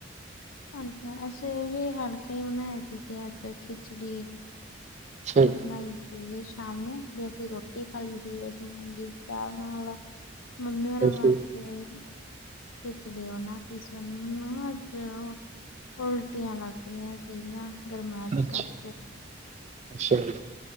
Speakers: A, on the left (about 80°); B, on the right (about 35°).
A: ਹਾਂਜੀ, ਅਸੀਂ ਵੀ ਹਲਕਾ ਹੀ ਬਣਾਇਆ ਸੀ ਤੇ ਅਜ ਖਿਚੜੀ।
B: ਅੱਛਾ
A: ਬਣਾਈ ਸੀਗੀ ਸ਼ਾਮ ਨੂੰ ਵੀ ਅਸੀਂ ਰੋਟੀ ਖਾ ਲਈ ਸੀ ਬਸ ਮੁੂੰਗੀ ਦਾਲ ਨਾਲ। ਮੰਮੀ ਹੋਰਾਂ ਵਾਸਤੇ
B: ਜੀ।
A: ਖਿਚੜੀ ਬਣਾ ਵੈਸੇ ਉਹਨਾਂ ਨੂੰ ਨਾ ਅੱਜ ਉ ਉਲਟੀਆਂ ਲੱਗ ਰਹੀਆਂ ਸੀਗੀਆਂ। ਗਰਮੈਸ਼
B: ਅੱਛਾ
A: ਕਰਕੇ।
B: ਅੱਛਾ ਜੀ,